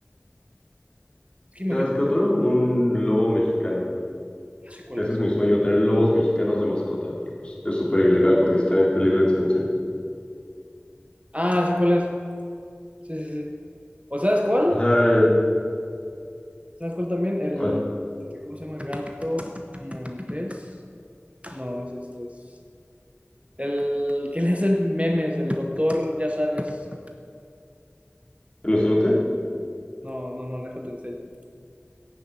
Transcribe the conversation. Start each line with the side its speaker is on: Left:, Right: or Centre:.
Right: Es que imagínate,
Left: ¿Sabes qué otro? Un lobo mexicano.
Right: ah, sé cuál
Left: Ese
Right: es.
Left: es mi sueño, tener lobos mexicanos de mascota, pero pues, es súper ilegal porque está en peligro de extinción.
Right: Ah, sé cuál es. Sí, sí, sí. ¿O sabes cuál?
Left: Ajá, eh,
Right: ¿Sabes cuál también? El,
Left: ¿cuál?
Right: ¿cómo se llama? Gato Montés. No, no es este. Es el que le hacen memes, el doctor, ya sabes.
Left: ¿El ocelote?
Right: No, no, no, déjate en serio.